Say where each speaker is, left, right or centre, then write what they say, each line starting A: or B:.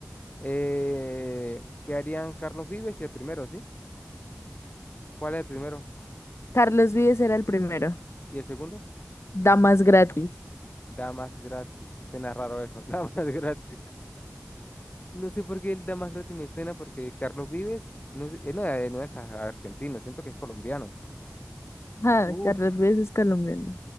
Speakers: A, on the left; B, on the left.
A: Eh, ¿qué harían Carlos Vives y el primero, sí? ¿Cuál es el primero?
B: Carlos Vives era el primero.
A: ¿Y el segundo?
B: Damas Gratis.
A: Damas gratis. Suena raro eso. <laughs> Damas gratis. No sé por qué el Damas gratis me suena porque Carlos Vives no, sé- él no, es- no es a- argentino, siento que es colombiano.
B: Ah,
A: Uf,
B: Carlos Vives es colombiano.